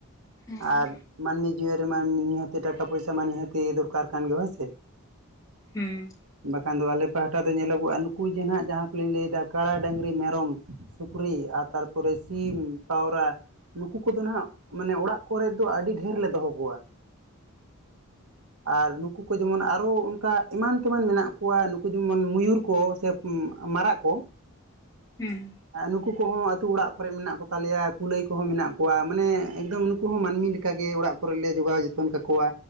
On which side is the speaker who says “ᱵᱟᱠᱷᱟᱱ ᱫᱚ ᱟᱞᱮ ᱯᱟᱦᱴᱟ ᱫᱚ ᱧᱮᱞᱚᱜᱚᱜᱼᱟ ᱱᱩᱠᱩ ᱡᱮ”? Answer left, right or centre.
Right